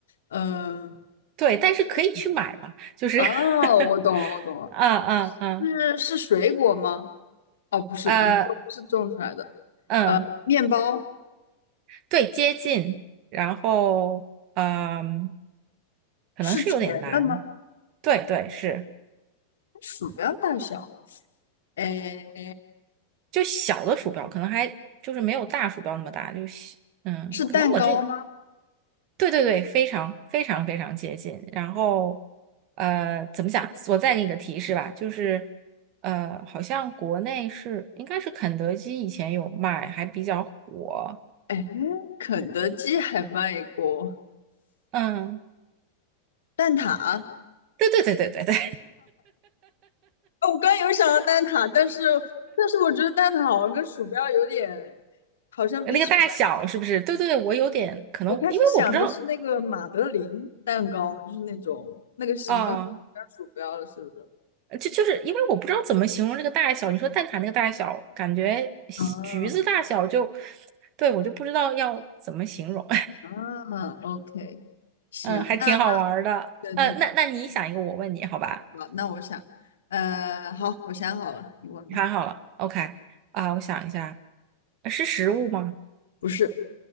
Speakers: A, on the left; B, on the right.
A: 呃，
B: 对，但是可以去买嘛，就是
A: 哦，
B: <laughs>
A: 我懂了，我懂了。
B: 啊啊啊
A: 是是水果吗？哦，
B: <laughs>
A: 不是，
B: 呃
A: 不是，你说不是种出来的。
B: 嗯，
A: 呃，面包
B: 对，接近，然后嗯，可能是有点难。
A: 是甜的吗？
B: 对对，是，
A: 鼠标大小，哎，
B: 就小的鼠标，可能还就是没有大鼠标那么大，就小，嗯，
A: 是蛋糕吗？
B: 可能我这个。对对对，非常非常非常接近。然后，呃，怎么讲？我再给你个提示吧，就是，呃，好像国内是应该是肯德基以前有卖，还比较火。
A: 哎，肯德基还卖过
B: 嗯，
A: 蛋挞。
B: 对对对对对对，
A: 哦我刚刚有想到蛋挞，但是但是我觉得蛋挞好像跟鼠标有点，好像比鼠标。
B: <laughs> 那个大小是不是？对对对，我有点可能，
A: 我开始想的是那个马德琳蛋糕，
B: 因为我不知道
A: 就是那种那个形状像鼠标了，
B: 啊，
A: 是不是？
B: 就就是因为我不知道怎么形容这个大小。你说蛋挞那个大小，感觉
A: 啊
B: 橘子大小就，对，我就不知道要怎么形容。
A: 啊，OK，行，
B: 嗯，还挺好玩儿的。
A: 那那对对对，
B: 呃，那那你想一个，我问你，好吧？
A: 好，那我想，呃，好，我想好了，你问吧。
B: 你看好了，OK 啊，我想一下，呃是食物吗？
A: 不是，